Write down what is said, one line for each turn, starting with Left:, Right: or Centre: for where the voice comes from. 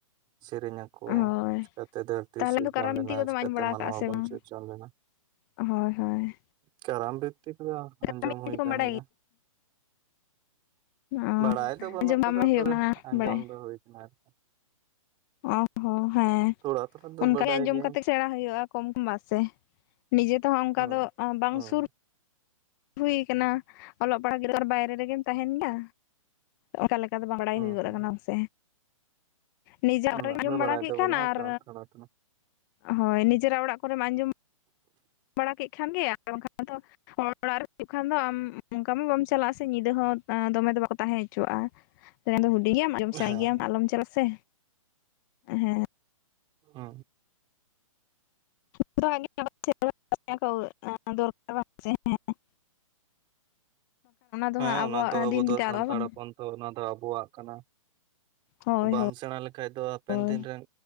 Right: ᱥᱮᱨᱮᱧ ᱟᱠᱚ᱾
Left: ᱦᱳᱭ
Right: ᱠᱟᱛᱮ ᱫᱚ ᱫᱷᱟᱹᱨᱛᱤ
Left: ᱛᱟᱦᱚᱞᱮ
Right: ᱥᱤᱨᱡᱚᱱ
Left: ᱫᱚ ᱠᱟᱨᱟᱢ
Right: ᱞᱮᱱᱟ,
Left: ᱵᱤᱱᱛᱤ ᱠᱚᱫᱚᱢ
Right: ᱪᱤᱠᱟᱹ
Left: ᱟᱸᱡᱚᱢ ᱵᱟᱲᱟ
Right: ᱛᱮ ᱢᱟᱱᱣᱟ
Left: ᱟᱠᱟᱜᱼᱟ ᱥᱮ
Right: ᱵᱚᱱ
Left: ᱵᱟᱝ
Right: ᱥᱤᱨᱡᱚᱱ ᱞᱮᱱᱟ?
Left: ᱦᱳᱭ ᱦᱳᱭ
Right: ᱠᱟᱨᱟᱢ ᱵᱷᱤᱛᱛᱤ ᱠᱚᱫᱚ ᱟᱸᱡᱚᱢ
Left: ᱠᱟᱨᱟᱢ ᱵᱤᱱᱛᱤ
Right: ᱦᱩᱭ
Left: ᱠᱚᱢ
Right: ᱠᱟᱱ
Left: ᱵᱟᱰᱟᱭ
Right: ᱜᱮᱭᱟ᱾
Left: ᱚ
Right: ᱵᱟᱲᱟᱭ ᱫᱚ ᱵᱟᱹᱱᱩᱜ
Left: ᱟᱸᱡᱚᱢ ᱵᱟᱢ
Right: ᱠᱟᱫᱟ
Left: ᱦᱩᱭᱩᱜ
Right: ᱛᱚᱵᱮ
Left: ᱠᱟᱱᱟ
Right: ᱟᱸᱡᱚᱢ
Left: ᱵᱟᱲᱟᱭ
Right: ᱫᱚ ᱦᱩᱭᱩ ᱟᱠᱟᱱᱟ ᱟᱨᱠᱤ᱾
Left: ᱚ ᱦᱚᱸ ᱦᱮᱸ
Right: ᱛᱷᱚᱲᱟ ᱛᱷᱚᱲᱟ ᱫᱚ
Left: ᱚᱱᱠᱟᱜ
Right: ᱵᱟᱰᱟᱭ
Left: ᱟᱸᱡᱚᱢ
Right: ᱜᱤᱭᱟᱹᱧ
Left: ᱠᱟᱛᱮᱜ ᱥᱮᱬᱟ ᱦᱩᱭᱩᱜᱼᱟ ᱠᱚᱢ ᱠᱚ ᱵᱟ ᱥᱮ ᱱᱤᱡᱮ ᱛᱮᱦᱚᱸ ᱚᱱᱠᱟ
Right: ᱦᱮᱸ
Left: ᱫᱚ ᱵᱟᱝ
Right: ᱦᱮᱸ
Left: ᱥᱩᱨ ᱦᱩᱭ ᱠᱟᱱᱟ ᱚᱞᱚᱜ ᱯᱟᱲᱦᱟᱜ ᱜᱤᱫᱽᱨᱟᱹ ᱛᱚ ᱵᱟᱭᱨᱮ ᱨᱮᱜᱮᱢ ᱛᱟᱦᱮᱱ ᱜᱮᱭᱟ᱾ ᱚᱱᱠᱟ ᱞᱮᱠᱟ ᱫᱚ ᱵᱟᱝ ᱵᱟᱲᱟᱭ
Right: ᱦᱮᱸ
Left: ᱦᱩᱭᱩᱜ ᱜᱚᱫ
Right: ᱦᱮᱸ
Left: ᱠᱟᱱᱟ ᱥᱮ᱾ ᱱᱤᱡᱮᱨᱟᱜ
Right: ᱩᱱᱟᱹᱜ
Left: ᱡᱚᱢ
Right: ᱫᱚ
Left: ᱵᱟᱲᱟ
Right: ᱵᱟᱲᱟᱭ
Left: ᱠᱮᱫ
Right: ᱫᱚ
Left: ᱠᱷᱟᱱ
Right: ᱵᱟᱹᱱᱩᱜᱼᱟ
Left: ᱟᱨ
Right: ᱛᱚ ᱛᱷᱚᱲᱟ ᱛᱷᱚᱲᱟ
Left: ᱦᱳᱭ ᱱᱤᱡᱮᱨᱟᱜ ᱚᱲᱟᱜ ᱠᱚᱨᱮᱢ ᱟᱸᱡᱚᱢ ᱵᱟᱲᱟ ᱠᱮᱫ ᱠᱷᱟᱱᱜᱮ ᱟᱨ ᱵᱟᱝᱠᱷᱟᱱ ᱫᱚ ᱚᱲᱟᱜ ᱨᱮ ᱦᱩᱭᱩᱜ ᱠᱷᱟᱱ ᱫᱚ ᱟᱢ ᱚᱱᱠᱟ ᱢᱟ ᱵᱟᱢ ᱪᱟᱞᱟᱜᱼᱟ ᱥᱮ ᱧᱤᱫᱟᱹ ᱦᱚᱸ᱾ ᱟ ᱫᱚᱢᱮ ᱫᱚ ᱵᱟᱠᱚ ᱛᱟᱦᱮᱸ ᱦᱚᱪᱚᱣᱟᱜᱼᱟ᱾ ᱫᱚ ᱦᱩᱰᱤᱧ ᱜᱮᱭᱟᱢ ᱟᱸᱡᱚᱢ
Right: ᱦᱮᱸ
Left: ᱥᱟᱸᱜᱮᱭᱟᱢ ᱟᱞᱚᱢ ᱪᱟᱞᱟᱜ ᱥᱮ ᱦᱮᱸ᱾
Right: ᱚ
Left: <unintelligible> ᱫᱚᱨᱠᱟᱨ ᱵᱟᱝ ᱥᱮ ᱦᱮᱸ ᱫᱚ
Right: ᱦᱮᱸ
Left: ᱦᱟᱸᱜ ᱟᱵᱚᱣᱟᱜ
Right: ᱚᱱᱟ ᱫᱚ ᱟᱵᱚ
Left: ᱫᱤᱱ
Right: ᱫᱚ
Left: ᱛᱮ
Right: ᱥᱟᱱᱛᱟᱲ
Left: ᱟᱫᱚᱜᱼᱟ ᱵᱟᱝ
Right: ᱦᱚᱯᱚᱱ ᱛᱚ ᱚᱱᱟ ᱫᱚ ᱟᱵᱚᱣᱟᱜ ᱠᱟᱱᱟ
Left: ᱦᱳᱭ
Right: ᱵᱟᱢ
Left: ᱦᱳᱭ
Right: ᱥᱮᱬᱟ ᱞᱮᱠᱷᱟᱡ ᱫᱚ᱾ ᱦᱟᱯᱮᱱ
Left: ᱦᱳᱭ
Right: ᱫᱤᱱ ᱨᱮᱱ